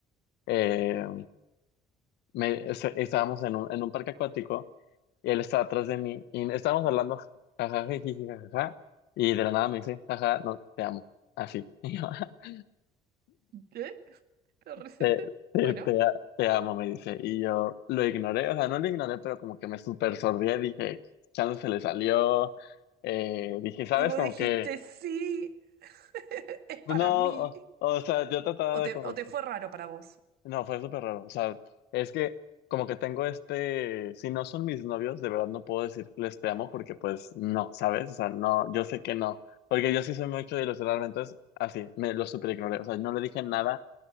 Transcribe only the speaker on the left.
eh, me- es- estábamos en un, en un parque acuático y él estaba atrás de mí y estábamos hablando, jajaja, jiji, jajaja, y de la nada me dice, jaja, no, te amo, así. <laughs>
Te, te,
te, a- te amo, me dice. Y yo lo ignoré, o sea, no lo ignoré, pero como que me super sordí, dije, chance se le salió. Eh, dije, ¿sabes?
Como
que,
pues,
no,
o, o sea, yo trataba
de como,
que-
no, fue súper raro. O sea, es que como que tengo este, si no son mis novios, de verdad no puedo decir que les te amo porque pues no, ¿sabes? O sea, no, yo sé que no. Porque yo sí soy mucho de ilusionarme, entonces así, me lo super ignoré. O sea, no le dije nada,